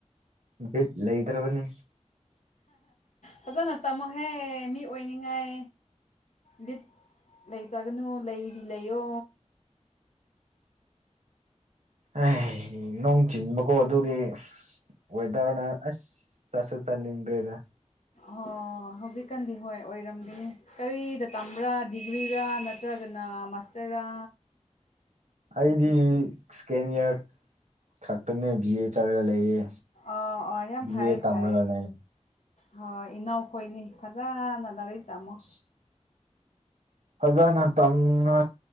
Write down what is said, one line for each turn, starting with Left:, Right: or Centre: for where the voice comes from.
Right: ꯚꯕꯤꯠ ꯂꯩꯗ꯭ꯔꯕꯅꯤ
Left: ꯐꯖꯅ ꯇꯥꯝꯃꯣꯍꯦ ꯃꯤ ꯑꯣꯏꯅꯤꯡꯉꯥꯏ ꯕꯤꯠ ꯂꯩꯇꯒꯅꯨ ꯂꯩ ꯂꯩꯌꯣ
Right: ꯑ ꯅꯣꯡ ꯆꯤꯡꯕꯀꯣ ꯑꯗꯨꯒꯤ ꯑꯣꯏꯋꯗꯥꯔꯅꯥ ꯑꯁ ꯇꯁ ꯆꯂꯤꯗꯦꯗ
Left: ꯑꯣ ꯍꯧꯖꯤꯛꯀꯥꯟꯗꯤ ꯍꯣꯏ ꯑꯣꯏꯔꯝꯒꯦ ꯀꯔꯤꯗ ꯇꯝꯕ꯭ꯔꯥ ꯗꯤꯒ꯭ꯔꯤꯔꯥ ꯅꯠꯇ꯭ꯔꯒꯅ ꯃꯥꯁꯇꯔꯔꯥ
Right: ꯑꯩꯗꯤ ꯁꯦꯀꯦꯟ ꯏꯌꯥꯔ ꯈꯛꯇꯅꯦ ꯕꯤ ꯑꯦ ꯆꯠꯔꯒ ꯂꯩꯌꯦ
Left: ꯑꯥ ꯑꯥ ꯌꯥꯝ
Right: ꯕꯤ
Left: ꯐꯩ
Right: ꯑꯦ ꯇꯝꯔꯒ
Left: ꯐꯩ
Right: ꯂꯩ
Left: ꯍꯣꯏ ꯏꯅꯥꯎꯈꯣꯏꯅꯤ ꯐꯖꯅ ꯂꯥꯏꯔꯤꯛ ꯇꯥꯝꯃꯣ
Right: <unintelligible> ꯐꯖꯅ ꯇꯝꯅ